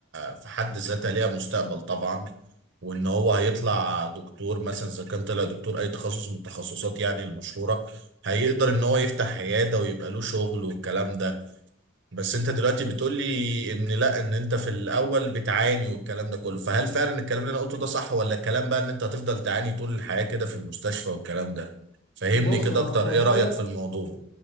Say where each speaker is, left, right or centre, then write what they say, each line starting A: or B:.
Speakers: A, on the right; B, on the left.
A: في حد ذاتها ليها مستقبل طبعا وان هو هيطلع دكتور مثلا اذا كان طلع دكتور اي تخصص من التخصصات يعني المشهوره هيقدر ان هو يفتح عياده ويبقى له شغل والكلام ده بس انت دلوقتي بتقول لي ان لا ان انت في الاول بتعاني والكلام ده كله فهل فعلا الكلام اللي انا قلته ده صح ولا الكلام بقى ان انت هتفضل تعاني طول الحياة كده في المستشفى والكلام ده فهمني
B: بص
A: كده
B: هو
A: اكتر
B: هو
A: ايه
B: فعلا
A: رأيك في الموضوع